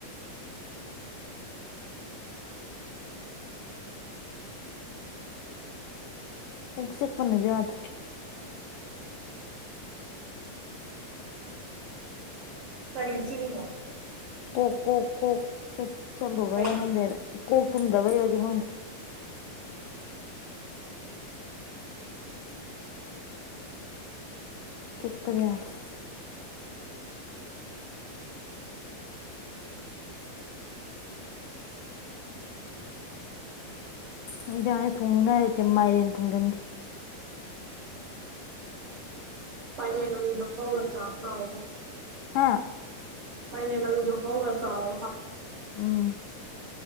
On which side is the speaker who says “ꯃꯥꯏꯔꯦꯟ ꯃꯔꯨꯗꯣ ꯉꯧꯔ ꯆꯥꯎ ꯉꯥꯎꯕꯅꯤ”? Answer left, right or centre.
Right